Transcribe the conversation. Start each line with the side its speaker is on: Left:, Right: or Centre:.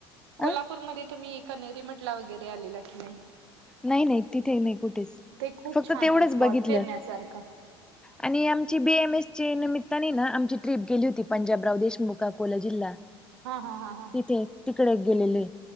Centre: अ
Right: कोल्हापूरमध्ये तुम्ही कनेरी मठला वगैरे आलेला की नाही?
Centre: नाही नाही तिथे नाही कुठेच
Right: ते खूप
Centre: फक्त
Right: छान
Centre: तेवढंच
Right: आहे स्पॉट
Centre: बघितलं
Right: फिरण्यासारखं.
Centre: आणि आमची बी एम एस च्या निमित्ताने ना, आमची ट्रिप गेली होती पंजाबराव देशमुख अकोला जिल्हा.
Right: हा हा हा हा हा
Centre: तिथे, तिकडे गेलेले.